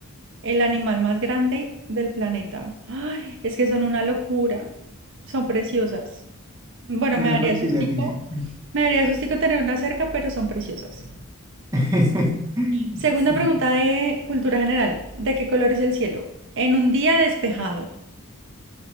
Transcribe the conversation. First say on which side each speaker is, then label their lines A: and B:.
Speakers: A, on the right; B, on the right.
A: El animal más grande del planeta. Ay, es que son una locura. Son preciosas. Bueno,
B: Menos
A: me daría
B: mal que
A: sustico.
B: le atiné.
A: Me daría sustico tener una cerca, pero son preciosas.
B: <laughs>
A: Segunda
B: Sí,
A: pregunta de cultura general. ¿De qué color es el cielo? En un día despejado.